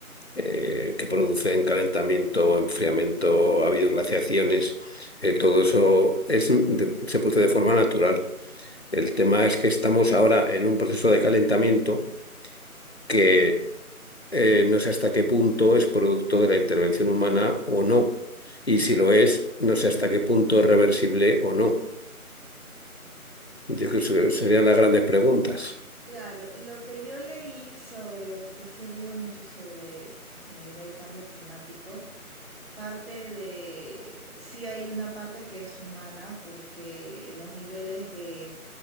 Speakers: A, on the left (about 45°); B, on the right (about 40°).
A: eh, que producen calentamiento, enfriamiento, ha habido glaciaciones. eh, todo eso es, de- se produce de forma natural. El tema es que estamos ahora en un proceso de calentamiento que eh, no sé hasta qué punto es producto de la intervención humana o no. Y si lo es, no sé hasta qué punto es reversible o no. Yo creo que serían las grandes preguntas.
B: Claro, lo que yo leí sobre, porque sí he leído mucho sobre sostenibilidad y cambio climático, Parte de, sí hay una parte que es humana porque los niveles de,